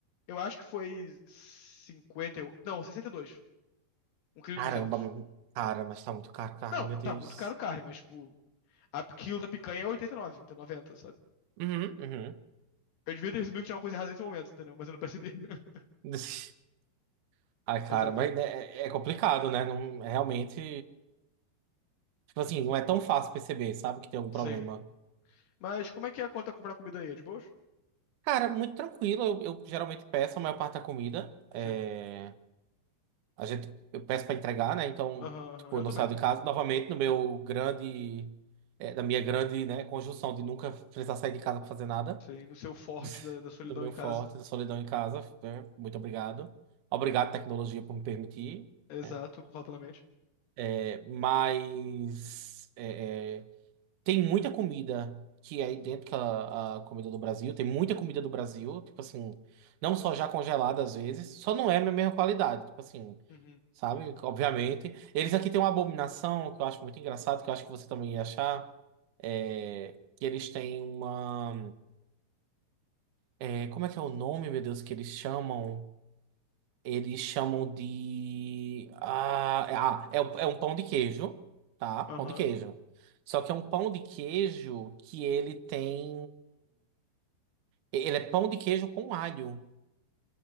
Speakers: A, on the left (about 75°); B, on the right (about 65°).
A: Eu acho que foi 58. Não, 62, Um quilo
B: Caramba,
A: e duzentos.
B: mano. cara, mas tá muito caro carne,
A: Não,
B: meu Deus.
A: tá muito caro carne, mas, tipo, a quilo da picanha é 89, então 90, sabe?
B: Uhum, uhum.
A: Eu devia ter percebido que tinha uma coisa errada nesse momento, entendeu? Mas eu não percebi. <laughs>
B: <laughs> Ai,
A: Fazer
B: cara,
A: o
B: mas
A: quê?
B: né, é, é complicado, né? Não, é realmente. Tipo assim, não é tão fácil perceber, sabe, que tem algum problema.
A: Sim. Mas como é que é a conta comprar comida aí? É de boas?
B: Cara, muito tranquilo. Eu, eu geralmente peço a maior parte da comida. É.
A: Sim.
B: A gente, eu peço para entregar, né? Então,
A: Aham, aham.
B: tipo,
A: Eu
B: eu não
A: também.
B: saio de casa. Novamente, no meu grande, é, da minha grande, né, conjunção de nunca precisar sair de casa para fazer nada,
A: Sim, no seu forte
B: <laughs>
A: da, da solidão
B: do meu
A: em casa.
B: forte, da solidão em casa. né? Muito obrigado. Obrigado, tecnologia, por me permitir.
A: Exato,
B: né?
A: eu concordo plenamente.
B: É, mas é, é, tem muita comida que é idêntica à, à comida do Brasil. Tem muita comida do Brasil, tipo assim, não só já congelada às vezes, só não é a mesma qualidade. Tipo assim
A: Uhum.
B: sabe? Obviamente. Eles aqui têm uma abominação que eu acho muito engraçado, que eu acho que você também ia achar. É... Que eles têm uma. é, Como é que é o nome, meu Deus, que eles chamam? Eles chamam de. Ah, é, ah, é o- é um pão de queijo, tá? Pão
A: Aham.
B: de queijo. Só que é um pão de queijo que ele tem. Ele é pão de queijo com alho.